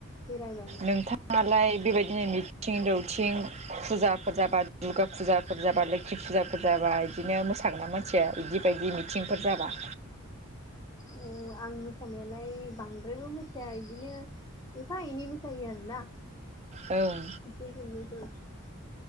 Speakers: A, on the left; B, on the right.
A: बेरायबायनो
B: नोंथाङालाय बेबायदिनो मिथिं दौथिं थिं फुजाफोर जाबा दुर्गा फुजाफोर जाबा लोखि फुजाफोर जाबा इदिनो मोसागोनना मोसाया <inaudible> इदि बायदि मिथिंफोर जाबा
A: औ आं मोसानाया <inaudible> बांद्रायबो मोसाया इदिनो एफा एनै मोसायो आरोना
B: ओं
A: <unintelligible>